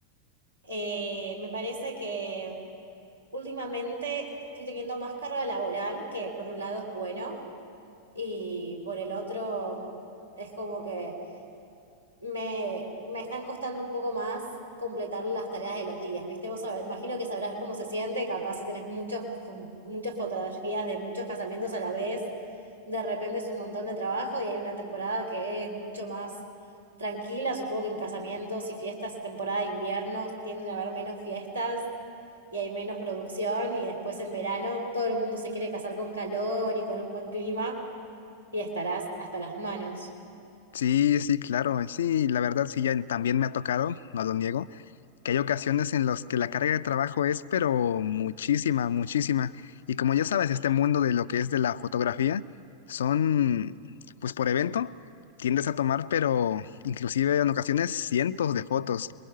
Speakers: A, on the right; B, on the left.
A: Eh, me parece que Últimamente estoy teniendo más carga laboral, que por un lado es bueno y por el otro es como que me, me están costando un poco más completar las tareas de los días, ¿viste? Vos sab- imagino que sabrás cómo se siente, capaz si tenés muchos, fo- muchas fotografías de muchos casamientos a la vez, de repente es un montón de trabajo y hay una temporada que es mucho más tranquila, supongo que en casamientos y fiestas, temporada de invierno, tienden a haber menos fiestas y hay menos producción y después en verano todo el mundo se quiere casar con calor y con un buen clima y estarás hasta las manos.
B: Sí, sí, claro, sí, la verdad sí, ya también me ha tocado, no lo niego, que hay ocasiones en las que la carga de trabajo es, pero muchísima, muchísima. Y como ya sabes, este mundo de lo que es de la fotografía, son, pues por evento, tiendes a tomar, pero inclusive en ocasiones cientos de fotos,